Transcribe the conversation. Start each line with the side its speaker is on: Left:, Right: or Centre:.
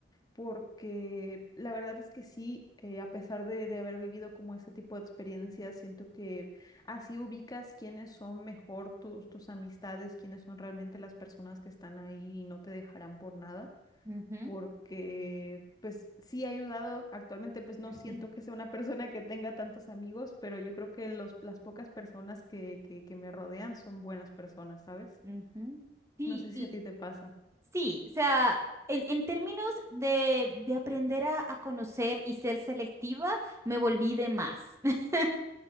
Left: porque la verdad es que sí, eh, a pesar de, de haber vivido como ese tipo de experiencias, siento que así ubicas quiénes son mejor tus, tus amistades, quiénes son realmente las personas que están ahí y no te dejarán por nada
Right: ujú,
Left: porque pues sí ha ayudado. Actualmente pues no
Right: <laughs>
Left: siento que sea una <laughs> persona que tenga tantos amigos, pero yo creo que los, las pocas personas que, que, que me rodean son buenas personas, ¿sabes?
Right: ujú. Sí,
Left: No sé
Right: y,
Left: si a ti te pasa.
Right: Sí, o sea, en, en términos de, de aprender a, a conocer y ser selectiva, me volví de más. <laughs>